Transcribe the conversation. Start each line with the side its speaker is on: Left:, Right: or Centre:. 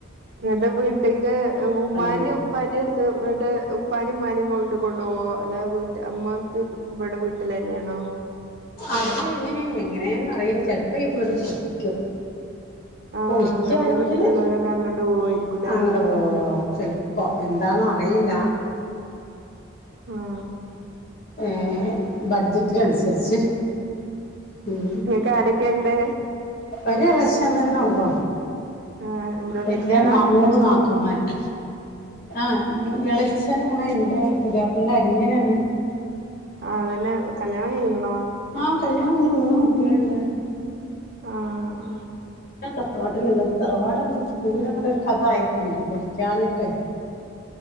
Right: എന്നിട്ട് വീട്ടില് ഉ്മാന്റെ
Left: വീട്
Right: ഉപ്പാറെ അടുത്ത് ഇട്ട് ഉപ്പാനും ഉമ്നയും പോയിട്ട് കൊണ്ട് പോവോ അല്ലെ വീട്ട് മ്മൻത്ത് ഇവടെ വീട്ട്ലെന്നെണോ
Left: അത്െ എങ്ങനെയന്ന അറിയില്ല ചെിലപ്പോ ഈ വീട് പൊതിക്കും
Right: ആഹ്
Left: പൊളിക്കയാണെങ്കില്
Right: ഇങ്ങട്ട് ഈ വീട്ടിലുള്ളവരൊക്കെ അങ്ങണ്ട് പോവായിരിക്കുംല്ലേ
Left: അങ്ങട്ട പോവാവും ചിലപ്പോ എന്താന്ന് അയ്ല്ല
Right: ആ
Left: ഏ ബജ റ്റ്നൻസരിച്ച് ഉം
Right: നിങ്ങക്ക് ആരൊക്കെയുണ്ട്
Left: ഒരു ലക്ഷം തന്നെ ഉള്ളു
Right: ആ എന്താ
Left: പിന്നെ
Right: വല്യാളാ
Left: ന മൂന്ന് നാ തുമരാ ആഹ് യെ ള ച്ഛനാണ് ന്റെ പുതിയാപ്പൾന്റെ അനിയനാണ്
Right: ആ അതന്നെ കല്യാണം കഴിക്കണോ
Left: ആഹ് കല്യാണം അന് മൂന്ന് കുട്ടികളുണ്ട്
Right: ആഹ
Left: തറവാട്ടിലണ്ട് അപ്പൊ തറവാട വീട്ങ്ങട്ടൊ ഒരു കഥ ആയിട്ടുണ്ട് പൊളിക്കാഞ്ഞിട്ട്